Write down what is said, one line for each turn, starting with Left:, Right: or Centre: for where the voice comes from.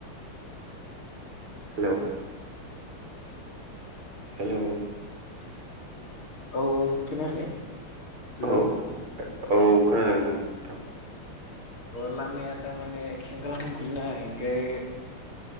Right: हेल' हेल'
Left: औ औ खोनायाखै हेल'
Right: औ औ खोनादों बुं नोंथां।
Left: अ लामाया थार माने सेंख्रा सख्रि ना इखाय